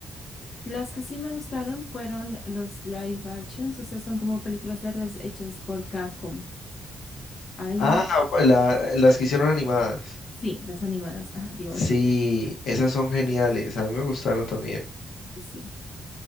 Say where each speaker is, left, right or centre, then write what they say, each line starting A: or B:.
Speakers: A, on the left; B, on the left.
A: Las que sí me gustaron fueron los live actions, o sea, son como películas largas hechas por Capcom. Ahí,
B: Ah, la- las que hicieron animadas.
A: sí, las animadas. Ajá, digo,
B: Sí,
A: las- sí, las-
B: esas son geniales. A mí me gustaron también.
A: sí. sí.